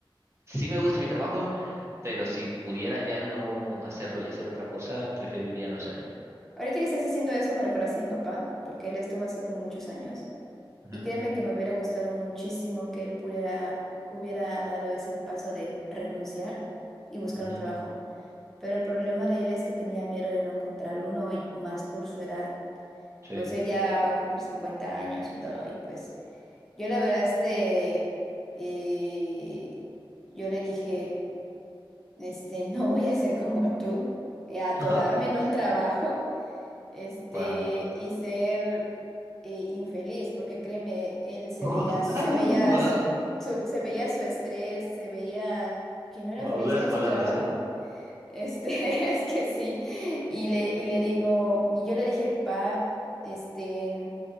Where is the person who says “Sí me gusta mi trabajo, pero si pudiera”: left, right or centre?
Right